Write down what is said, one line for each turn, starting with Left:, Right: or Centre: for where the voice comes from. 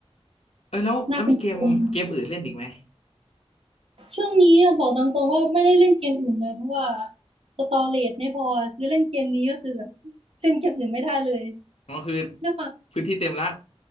Left: เออแล้วแล้วมีเกมเกมอื่นเล่นอีกไหม
Right: ๆหน้าคมๆช่วงนี้อะบอกตามตรงว่าไม่ได้เล่นเกมอื่นเลยเพราะว่าสตอเรจไม่พอคือเล่นเกมนี้ก็คือแบบเล่นเกมอื่นไม่ได้เลย
Left: อ๋อคือ
Right: ด้วยความ
Left: พื้นที่เต็มละ